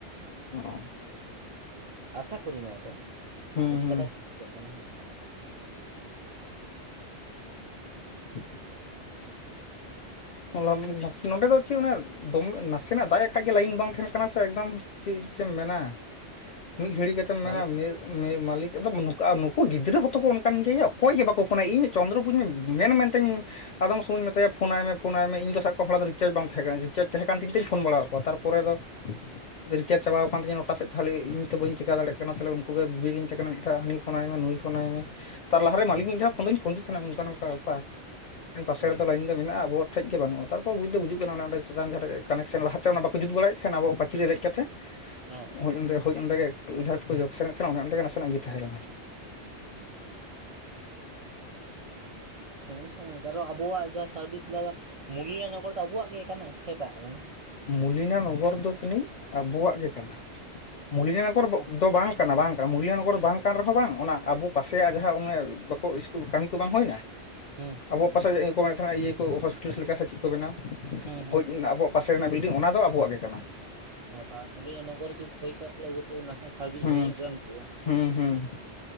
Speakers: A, on the left; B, on the right.
A: ᱦᱚᱸ
B: ᱟᱥᱟ ᱠᱚᱨᱤ ᱱᱚᱣᱟ ᱫᱚ
A: ᱦᱩᱸ
B: ᱟᱫᱚ ᱪᱤᱠᱟᱫᱟᱠ
A: ᱦᱩᱸ
B: ᱪᱤᱠᱟᱹᱜ ᱠᱟᱱᱟ ᱦᱟᱸᱜ
A: <unintelligible> ᱱᱟᱥᱮ ᱱᱚᱸᱰᱮ ᱫᱚ ᱪᱮᱫ ᱢᱟᱱᱮ ᱫᱚᱢᱮ ᱱᱟᱥᱮᱱᱟᱜ ᱫᱟᱜ ᱞᱮᱠᱦᱟᱡ ᱜᱮ ᱞᱟᱭᱤᱱ ᱵᱟᱝ ᱛᱟᱦᱮᱱ ᱠᱟᱱᱟ ᱥᱮ ᱮᱠᱫᱚᱢ ᱪᱮᱫ ᱪᱮᱢ ᱢᱮᱱᱟ ᱢᱤᱫ ᱜᱷᱟᱹᱲᱤ ᱠᱟᱛᱮᱢ ᱢᱮᱱᱟ
B: ᱢᱟᱞᱮ
A: ᱢᱤᱫ ᱢᱟᱹᱞᱤᱠ ᱮᱠᱫᱚ ᱱᱩᱠᱩ ᱜᱤᱫᱽᱨᱟᱹ ᱦᱚᱸᱛᱚ ᱠᱚ ᱚᱱᱠᱟᱱ ᱜᱮᱭᱟ ᱭᱟ ᱚᱠᱚᱭ ᱜᱮ ᱵᱟᱠᱚ ᱯᱷᱳᱱᱼᱟ ᱤᱧ ᱪᱚᱱᱫᱨ ᱵᱚᱫᱤᱧ ᱢᱮᱱ ᱢᱮᱱᱛᱮᱧ ᱟᱫᱚᱢ ᱥᱚᱢᱩᱧ ᱢᱮᱛᱟᱭᱟ ᱯᱷᱳᱱ ᱟᱭ ᱢᱮ ᱯᱷᱳᱱ ᱟᱭ ᱢᱮ ᱤᱧ ᱫᱚ ᱥᱟᱵ ᱠᱚ ᱦᱚᱲᱟ ᱫᱚ ᱨᱤᱪᱟᱨᱡᱽ ᱵᱟᱝ ᱛᱟᱦᱮᱸ ᱠᱟᱱᱟ ᱨᱤᱪᱟᱨᱡᱽ ᱛᱟᱦᱮᱸ ᱠᱟᱱ ᱛᱮᱜᱮ ᱛᱤᱧ ᱯᱷᱳᱱ ᱵᱟᱲᱟᱣᱟᱫ ᱠᱚᱣᱟ ᱛᱟᱨᱯᱚᱨᱮ ᱫᱚ ᱨᱤᱪᱟᱨᱡᱽ ᱪᱟᱵᱟᱣ ᱠᱟᱱᱟᱱ ᱛᱤᱧᱟᱹ ᱱᱚᱴᱟ ᱥᱮᱫ ᱛᱟᱞᱦᱮ ᱤᱧ ᱵᱟᱹᱧ ᱪᱤᱠᱟᱹ ᱫᱟᱲᱮᱭᱟᱜ ᱠᱟᱱᱟ ᱛᱟᱦᱮᱞᱮ ᱩᱱᱠᱩ ᱜᱮ ᱵᱤᱜᱮᱧ ᱢᱮᱛᱟ ᱠᱟᱱᱟ ᱢᱤᱫᱷᱟᱣ ᱦᱟᱹᱱᱤ ᱯᱷᱳᱱ ᱟᱭ ᱢᱮ ᱱᱩᱭ ᱯᱷᱳᱱᱟᱭ ᱢᱮ ᱛᱟᱨ ᱞᱟᱦᱟᱨᱮ
B: ᱦᱮᱸ
A: ᱢᱟᱹᱞᱤᱠ ᱜᱮ ᱢᱤᱫᱷᱟᱣ ᱠᱷᱳᱱ ᱫᱚ ᱯᱷᱳᱱᱫᱮ ᱛᱟᱦᱮᱱᱟ ᱱᱚᱝᱠᱟ ᱱᱚᱝᱠᱟ ᱵᱮᱯᱟᱨ ᱯᱟᱥᱮ
B: ᱦᱮᱸ
A: ᱨᱮᱫᱚ ᱞᱟᱭᱤᱱ ᱫᱚ ᱢᱮᱱᱟᱜᱼᱟ ᱟᱵᱚᱣᱟᱜ ᱴᱦᱮᱡ ᱜᱮ ᱵᱟᱹᱱᱩᱜ ᱛᱟᱨ ᱯᱚᱨᱮ ᱵᱩᱡᱽ ᱫᱚ ᱵᱩᱡᱩᱜ ᱚᱱᱟ ᱚᱱᱮ ᱚᱱᱰᱮ ᱪᱮᱛᱟᱱ ᱜᱦᱟᱴ ᱨᱮ ᱠᱟᱱᱮᱠᱥᱮᱱ ᱞᱟᱦᱟᱛᱮ ᱚᱱᱟ ᱵᱟ ᱠᱚ ᱡᱩᱛ ᱵᱟᱲᱟᱭᱮᱫ ᱛᱟᱦᱮᱱᱟ ᱟᱵᱚᱣᱟᱜ ᱯᱟᱪᱤᱨᱤ ᱨᱮ ᱫᱮᱡ ᱠᱟᱛᱮ ᱦᱮᱸ <unintelligible>
B: ᱦᱮᱸ
A: ᱦᱳᱭ ᱚᱸᱰᱮ ᱦᱳᱭ ᱚᱸᱰᱮ ᱜᱮ ᱮᱠᱩᱡᱷᱟ ᱠᱚ ᱡᱚᱜᱽ ᱥᱟᱱᱟᱮᱫ ᱛᱟᱦᱮᱱᱟ ᱸ ᱚᱸᱰᱮ ᱱᱟᱥᱮᱱᱟᱜ ᱜᱮ ᱛᱟᱦᱮᱸ ᱠᱟᱱᱟ
B: ᱦᱩᱸ ᱥᱚᱢᱚᱭᱥᱟ ᱵᱟᱝ ᱠᱟᱨᱚᱱ ᱟᱵᱚᱣᱟᱜ ᱡᱟᱦᱟᱸ ᱥᱟᱨᱵᱷᱤᱥ ᱫᱟ ᱢᱩᱞᱤᱭ ᱚᱱᱟ ᱠᱚ ᱫᱚ ᱟᱵᱚᱣᱟᱜ ᱜᱮ ᱠᱟᱱᱟ ᱥᱮ ᱮᱴᱟᱜ ᱠᱟᱱᱟ
A: ᱢᱩᱞᱤᱱᱟ ᱱᱚᱜᱚᱨ ᱫᱚ ᱡᱟᱹᱱᱤᱡ ᱟᱵᱚᱣᱟᱜ ᱜᱮ ᱠᱟᱱᱟ ᱢᱩᱞᱤᱱᱟ ᱱᱚᱜᱚᱨ
B: ᱦᱩᱸ
A: ᱫᱚ ᱵᱟᱝ ᱠᱟᱱᱟ ᱵᱟᱝ ᱠᱟᱱᱟ ᱢᱩᱞᱟᱱᱜᱚᱨ ᱵᱟᱝ ᱠᱟᱱ ᱨᱮᱦᱚᱸ ᱵᱟᱝ ᱚᱱᱟ ᱟᱵᱚ ᱯᱟᱥᱮᱭᱟᱜ ᱡᱟᱦᱟᱸ ᱚᱱᱮ ᱵᱟᱠᱚ ᱤᱥᱩᱞ ᱠᱟᱹᱢᱤ ᱠᱚ ᱵᱟᱝ ᱦᱩᱭᱮᱱᱟ ᱻ
B: ᱦᱮᱸ
A: ᱟᱵᱚᱣᱟᱜ ᱯᱟᱥᱮ ᱤᱭᱟᱹ ᱠᱚ ᱢᱮᱱᱮᱫ ᱛᱟᱦᱮᱱᱟ ᱤᱭᱟᱹ ᱠᱚ ᱦᱚᱥᱯᱤᱴᱟᱞ ᱞᱮᱠᱟ ᱥᱮ ᱪᱮᱫ ᱠᱚ ᱵᱮᱱᱟᱣ
B: ᱦᱩᱸ
A: ᱦᱳᱭ ᱮᱱᱟ ᱟᱵᱚᱣᱟᱜ ᱨᱮᱱᱟᱜ ᱵᱤᱞᱰᱤᱝ ᱚᱱᱟ ᱫᱚ ᱟᱵᱚᱣᱟᱜ ᱜᱮ ᱠᱟᱱᱟ
B: ᱦᱮᱸ ᱛᱚ ᱢᱩᱞᱤᱱᱟ ᱱᱚᱜᱚᱨ ᱡᱩᱫᱤ ᱦᱩᱭ ᱱᱟᱥᱮᱱᱟᱜ ᱥᱟᱨᱵᱤᱥ
A: ᱦᱩᱸ
B: ᱮᱢ ᱠᱚᱜ ᱟ
A: ᱦᱩᱸ ᱦᱩᱸ